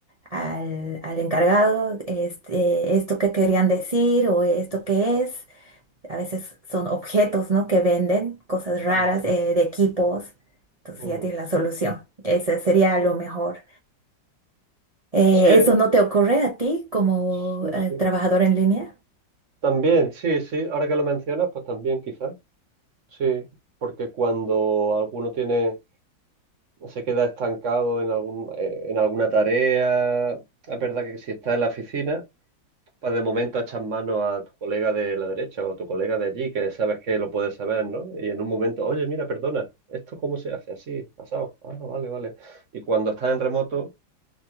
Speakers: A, on the right; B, on the right.
A: al, al encargado este, esto que querían decir o esto que es. A veces son objetos, ¿no? que venden, cosas raras
B: mm,
A: eh, de equipos. Entonces
B: mm.
A: ya tienes la solución. Ese sería lo mejor. Eh,
B: Sí, eh,
A: ¿eso no te ocurre a ti como
B: sí,
A: eh,
B: sí.
A: trabajador en línea?
B: También, sí, sí. Ahora que lo mencionas, pues también quizás. Sí, porque cuando alguno tiene, se queda estancado en algún, eh, en alguna tarea, es verdad que si está en la oficina, pues de momento echas mano a tu colega de la derecha o tu colega de allí, que sabes que lo puedes saber, ¿no? Y en un momento, oye, mira, perdona, ¿esto cómo se hace? Así, pasado. Ah, vale, vale. Y cuando estás en remoto,